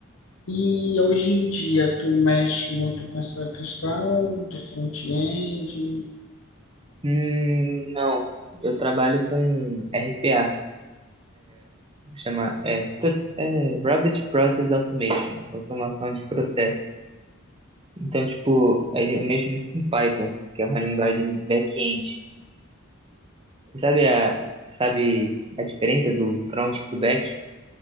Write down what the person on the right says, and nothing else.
Hum, não, eu trabalho com RPA, chama é, proce- é, Robot Process Automation, automação de processos. Então, tipo, aí eu mexo muito com Python, que é uma linguagem back-end. Você sabe a, você sabe a diferença do front e do back?